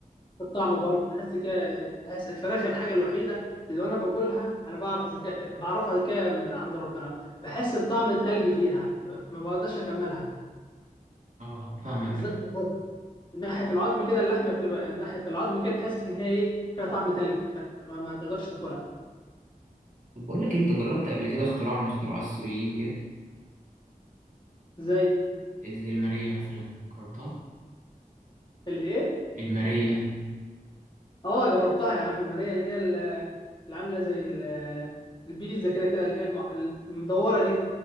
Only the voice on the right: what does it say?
أه فاهمك
طب بقول لك إيه، أنت جربت قبل كده اختراع من اختراعات السوريين ديت
زي المارية مثلا جربتها؟
المارية